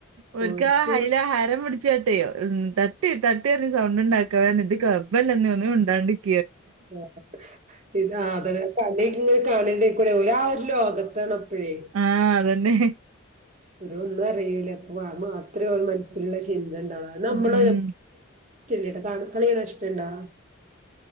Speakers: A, on the right (about 90°); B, on the right (about 35°).
A: ഒരിക്ക
B: ഓര്ക്ക്
A: ഹൈല ഹരം പിടിച്ചാട്ടേ തട്ട് തട്ട് പറിഞ് സൗണ്ട് ഉണ്ടാക്കേ ഇത് ഒന്നും മുണ്ടാണ്ട്ക്കി
B: ആ ഇത അത കളിങ്ങ കാണണ്ട കൂടെ ഒ ഒരു ലോകത്താണ് അപ്പഴേ
A: ആഹ അതന്നെ!
B: ഒരുഓരോ ഒന്നും അറിയില അപ്പൊ മാത്രമേ മനസ്സിലുള്ള നമ്മള
A: ഉം
B: ഇട്ടാ കളികണാൻ ഇഷ്ടണ്ടാ